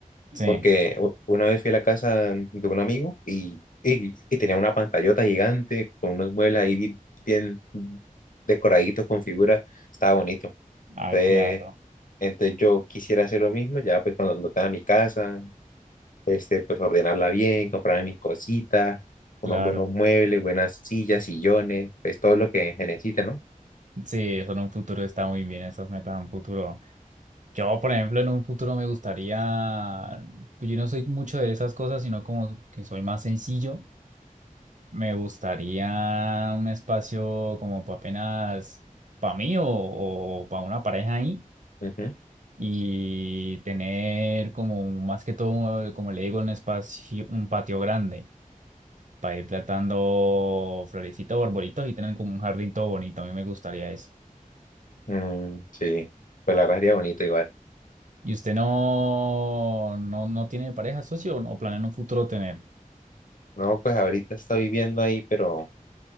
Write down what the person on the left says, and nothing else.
porque u- una vez fui a la casa de un amigo y, y, y tenía una pantallota gigante con unos muebles ahí bi- bien decoraditos con figuras, estaba bonito.
Entonces,
entonces yo quisiera hacer lo mismo, ya pues cuando tenga mi casa, este, pues ordenarla bien, comprarme mis cositas, unos
buenos muebles, buenas sillas, sillones, pues todo lo que se necesite, ¿no?
Ujú.
Mm, sí, pues la verdad sería bonito igual.
No, pues ahorita estoy viviendo ahí, pero,